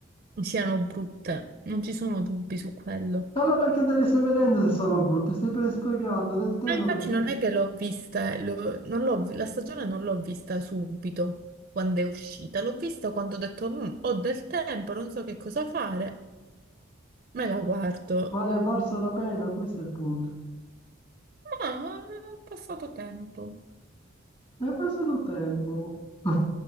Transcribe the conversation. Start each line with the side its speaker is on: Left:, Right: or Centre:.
Right: siano brutte. Non ci sono dubbi su quello.
Left: Allora perché te le stai vedendo se sono brutte? Stai per- sprecando del tempo
Right: Ah, infatti
Left: per...
Right: non è che l'ho vista, eh, lo- non l'ho vi- la stagione non l'ho vista subito quando è uscita, l'ho vista quando ho detto "Mm, ho del tempo, non so che cosa fare, me la guardo.
Left: Ma ne è valsa la pena, questo è il punto.
Right: Ma ho passato tempo.
Left: Ne è passato tempo. <laughs>